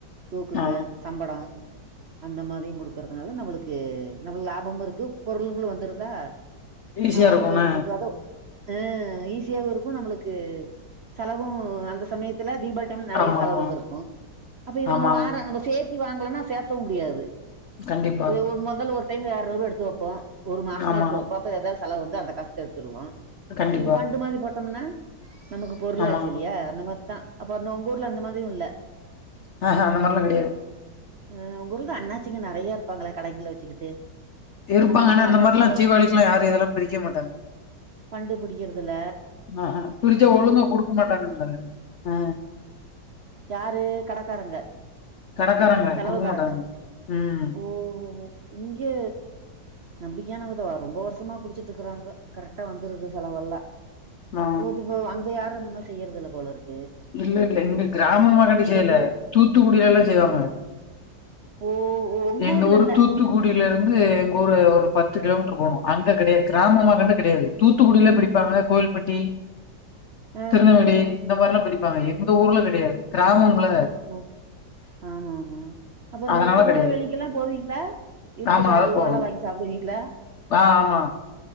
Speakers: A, on the right; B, on the left.
A: தூக்குங்க
B: ஆ
A: சம்படோ அந்த மாரி குடுக்குறதுனாலா நம்மளுக்கு நம்மளுக்கு லாபமு இருக்கு பொருளுங்களு வந்துருதா
B: ஈஸியா
A: அதனால
B: இருக்கும்ல
A: போட்டுட்டு இருக்கோ அதோ ஆ ஈஸியாவு இருக்கு நம்மளுக்கு செலவு அந்த சமயத்துல தீபாவளி டைம்ல நெறைய
B: ஆமா
A: செலவுங்க
B: ஆமா
A: இருக்கு அப்ப இது
B: ஆமா
A: நம்ம வாரோ நம்ம சேத் தி வாங்கலனா சேத்தவு முடியாது
B: கண்டிப்பா
A: ஒரு மொதல் ஒரு டைம் இரனூரூபா எடுத்து வைப்போ ஒரு மாசோ
B: ஆமா
A: எடுத்து வப்போ அப்ப ஏதாவது செலவு வந்து அந்த காசத்தா எடுத்துருவோ
B: கண்டிப்பா
A: இது ஃபண்டு மாரி போட்டம்னா நமக்கு பொருளாச்சு
B: ஆமா
A: இல்லையா அந்த மாரிதா அப்ப அந்த உங்க ஊர்ல அந்த மாரியு இல்ல
B: ஆ அந்த மாரில்லா கெடையாது
A: அ உங்க ஊர்ல தா அண்ணாச்சிங்களா நெறைய இருப்பாங்களே கடைங்கள வச்சுக்கிட்டு
B: இருப்பாங்க
A: மாதிரி
B: ஆனா அந்த
A: அண்ணாச்சிங்களா
B: மாதிரிலா தீபாவளிக்ககெல்லா யாரு இதல்லா பிடிக்க மாட்டாங்க
A: ஃபண்டு பிடிக்கறதுல
B: ஆ பிடிச்சா ஒழுங்கா கொடுக்க மாட்டாங்க ஆ
A: யாரு கடக்காரங்க
B: கடக்காராங்க
A: செலவுக்காரங்க
B: குடுக்க மாட்டாங்க ம்
A: ஓ ஓ ஓ இங்க நம்பிக்கையானவங்கதா வரு ரொம்ப வருஷமா புடிச்சட்டு இருக்கறாங்க கரெக்டா வந்துருது செலவெல்லா
B: ஆ
A: போதுபோ அங்க யாரு அந்தமாரி செய்யறதுல போல இருக்
B: இல்ல இல்ல எங்க கிராமமா கண்டு
A: நீங்க
B: செய்யல
A: தி
B: தூத்துக்குடியில எல்லா செய்வாங்க
A: ஆ ஓ ஓ உங்க
B: எங்க
A: ஊர்ல
B: ஊரு
A: இல்ல
B: தூத்துக்குட் விருந்து எங்க ஊரு ஒரு பத்து கிலோமீட்டர் போகணு அங்க கெடையாது கிராமமா கண்டு கெடையாது தூத்துக்குடியில படிப்பாங்க கோவில்பட்டி
A: ஆ
B: திருநெல்வேலி
A: ஆ ஆ
B: இந்த மாரிலா படிப்பாங்க எங்க ஊர்ல கெடையாது கிராமமல்ல
A: ஒ ஆமா ஆமா அப்ப இந்த
B: அதனால
A: திருநெல்வேலிக்கெல்லா
B: கெடையாது.
A: போவீங்களா இருட்டுக்கட
B: ஆமா அத
A: அல்வாலா
B: போகணும்.
A: வாங்கி சாப்டுவீங்களா
B: ஆ ஆ